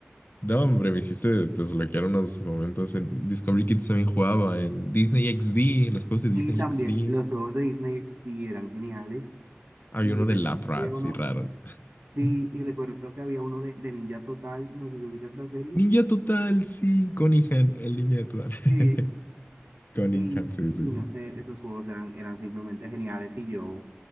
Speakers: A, on the left; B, on the right.
A: no, hombre, me hiciste desbloquear unos momentos en Discovery Kids también jugaba en Disney XD, en los juegos de Disney
B: Y también
A: XD,
B: los juegos de Disney sí eran geniales,
A: había
B: y
A: uno
B: recuerdo
A: de Lab Rats
B: que había uno
A: y raros. <laughs>
B: Sí, y recuerdo que había uno de, de Ninja Total, no sé si ubicas la serie,
A: Ninja Total, sí, Cunningham, el Ninja Total. <laughs>
B: Sí.
A: Cunningham,
B: y,
A: sí, sí,
B: y
A: sí.
B: no sé, esos juegos eran, eran simplemente geniales y yo,